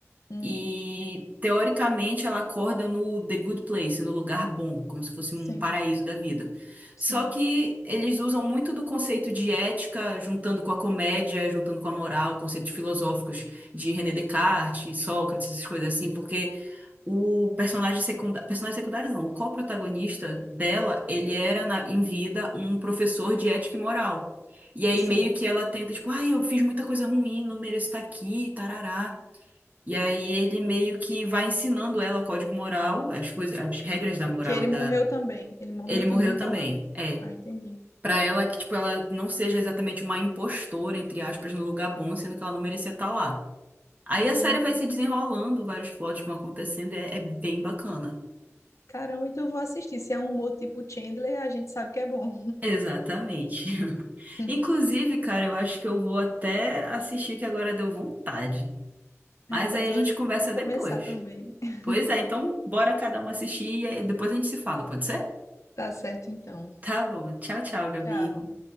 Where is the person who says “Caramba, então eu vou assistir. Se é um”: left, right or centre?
Left